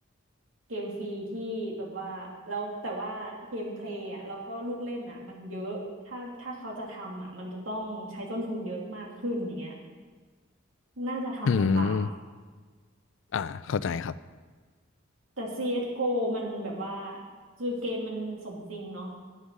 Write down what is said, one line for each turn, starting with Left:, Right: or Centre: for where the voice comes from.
Right: เกมฟรีที่แบบว่าแล้วแต่ว่าเกมเพลย์อ่ะแล้วก็ลูกเล่นอ่ะมันเยอะถ้าถ้าเขาจะทำอ่ะมันจะต้องใช้ต้นทุนเยอะมากขึ้นอย่างเงี้ยน่าจะทำลำบาก
Left: อืมอ่าเข้าใจครับ
Right: แต่ CSGO มันแบบว่าคือเกมมันสมจริงเนาะ